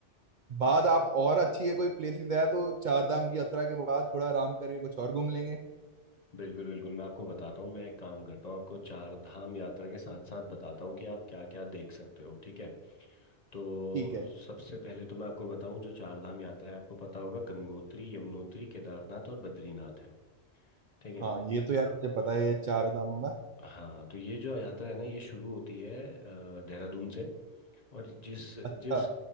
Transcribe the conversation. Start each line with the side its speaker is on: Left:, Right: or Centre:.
Right: बाद
Left: हम्म,
Right: आप और अच्छी है कोई प्लेसेस है तो चार धाम की यात्रा के बाद थोड़ा आराम करके कुछ और घूम लेंगे
Left: बिल्कुल बिल्कुल मैं आपको बताता हूँ मैं एक काम करता हूँ आपको चार धाम यात्रा के साथ साथ बताता हूँ कि आप क्या क्या देख सकते हो ठीक है तो
Right: ठीक है
Left: सबसे पहले तो मैं आपको बताऊं जो चार धाम यात्रा है आपको पता होगा गंगोत्री यमुनोत्री केदारनाथ और बद्रीनाथ है ठीक है
Right: हाँ ये तो यार मुझे पता
Left: अ,
Right: है ये चार दामों का
Left: हाँ तो ये जो यात्रा है ना ये शुरू होती है अ, देहरादून से और जिस
Right: अच्छा
Left: जिस